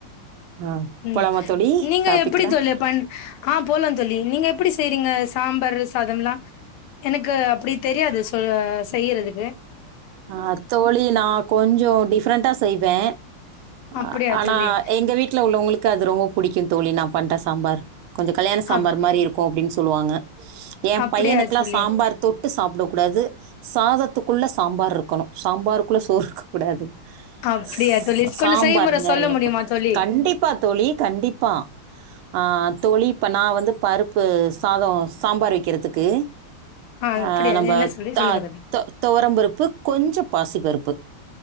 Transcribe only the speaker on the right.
ஆ
போலாமா தோழி
டாப்பிக்கில்
ஆ தோழி நா கொஞ்சோ டிஃப்ரெண்டா செய்வே அ
ஆனா
எங்க வீட்ல உள்ளவங்களுக்கு அது ரொம்ப புடிக்குத் தோழி நா பண்ற சாம்பார் கொஞ்ச கல்யாண சாம்பார்
மாரி இருக்கும் அப்டின்னு சொல்லுவாங்க எம்
பையனுகெல்லா
சாம்பார் தொட்டு சாப்ட கூடாது சாதத்துக்குள்ள சாம்பார் இருக்கணும் சாம்பார் குள்ள சோறு இருக்க கூடாது
ஸ்
சாம்பார்
நிறைய
இருக்கனும்
கண்டிப்பா தோழி கண்டிப்பா அ ஆஹ் தோழி இப்போ நான் வந்து பருப்பு சாதம் சாம்பார் வைக்கிறதுக்கு
ஆஹ் நம்ம
த
துவரம்பருப் கொஞ்சோ பாசிப்பருப்பு